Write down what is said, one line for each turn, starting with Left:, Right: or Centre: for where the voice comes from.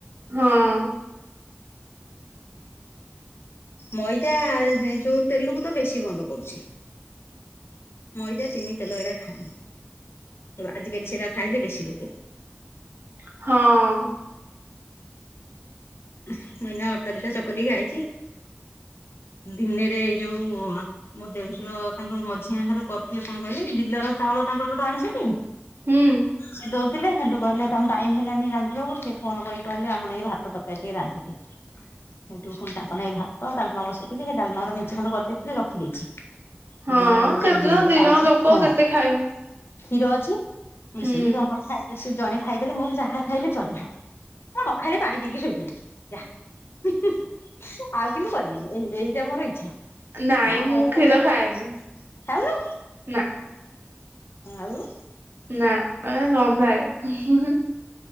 Right: ହଁ।
Left: ମଇଦା ଏ ଯୋଉ ତେଲକୁ ତ ବେଶୀ ବନ୍ଦ କରୁଚି। ମଇଦା, ଚିନି, ତେଲ ଏଇରା ଖାଆନି। ଆଜିକାଲି ସେଇରା ଖାଇଲେ ବେଶୀ ରୋଗ।
Right: ହଁ।
Left: ମୁଁ ଏଇନା ଅଟା ଦିଟା ଚକଟିକି ଆଇଚି। ଦିନେରେ ଏଇ ଯୋଉ ମୋ ଦେଡସୁର ତାଙ୍କର ମଝିଆ ଘର କରୁଥିଲି କଣ କହିଲି ଡିଲର ଚାଉଳ ତାଙ୍କର ତ ଆଣିଛନ୍ତି
Right: ହୁଁ
Left: ସେ। <unintelligible> ହେଲେ ହେଠୁ କହିଲେ ତାଙ୍କୁ ଟାଇମ୍ ହେଲାନି ରାନ୍ଧିବାକୁ ସିଏ ଫୋନ କରିକି କହିଲେ ଆମ ଲାଗି ଭାତ ତରକାରୀ ଟିକଏ ରାନ୍ଧିଦିଅ। ହେଠୁ ପୁଣି ତାଙ୍କ ନାଗି ଭାତ ଡାଲ୍ମା ବସେଇଥିଲି ସେ ଡାଲ୍ମା ର ମେନ୍ଚେ ଖଣ୍ଡ କରିଦେଇଥିଲି ରଖିଦେଇଛି।
Right: ହଁ
Left: ମୁଁ କହିଲି ଆଉ
Right: କେତେ
Left: ଦ
Right: ଜଣ ଦି ଜଣ
Left: ଆଉ
Right: ଲୋକ
Left: ହଁ
Right: କେତେ ଖାଇବେ
Left: କ୍ଷୀର ଅଛି ମିଶେଇକି
Right: ହୁଁ
Left: ତାଙ୍କର ଖାଇଲେ ଜଣେ ଖାଇଦେଲେ ମୋର ଯାହା ଖାଇଲେ ଚଳିବ। ଆଁ ନ ଖାଇଲେ ପାଣି ପିଇକି ଶୋଇପଡିବି ଯା ହୁଁ ହୁଁ ଆଉ କିନ୍ତୁ କରିବିନି ଏଇଟା ମୋର ଇଚ୍ଛା।
Right: ନାଇଁ
Left: ଯାହା
Right: ମୁଁ
Left: ଖାଇବା
Right: କ୍ଷୀର
Left: କଥା ଖାଆନ୍ତୁ
Right: ଖାଏନି
Left: ଖଉନ
Right: ନା
Left: ଆଉ
Right: ନା ଗମ୍ ଭାଏ ହୁଁ ହୁଁ